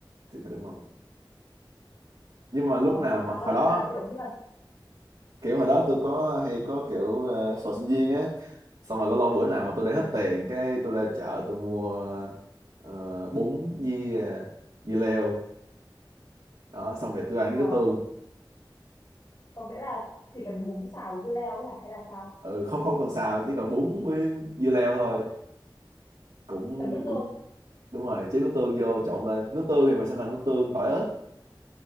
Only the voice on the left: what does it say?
Ờ,
thì
đó,
nói
chung là kiểu như mà,
ừ,
ờ,
có nghĩa là chỉ cần bún xào với dưa leo ấy hả, hay là sao?
Chấm nước tương.